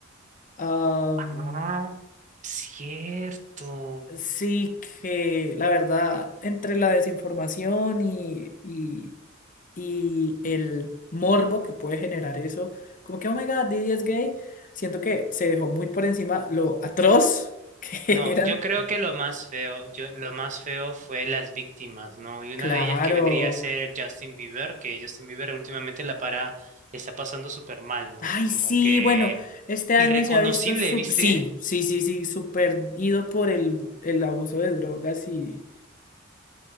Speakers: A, on the left; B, on the right.
A: Am,
B: Ah, cierto.
A: sí que la verdad, entre la desinformación y, y y el morbo que puede generar eso, como que, oh my God, Diddy es gay, siento que se dejó muy por encima lo atroz que <laughs>
B: No,
A: era.
B: yo creo que lo más feo, yo, lo más feo fue las víctimas, ¿no? Y una
A: Claro.
B: de ellas que vendría a ser Justin Bieber, que Justin Bieber últimamente la para, le está pasando súper mal, ¿no?
A: Ay,
B: Como
A: sí,
B: que
A: bueno, este
B: irreconocible,
A: año se ha visto, su-
B: ¿viste?
A: sí, sí, sí, sí, súper ido por el, el abuso de drogas y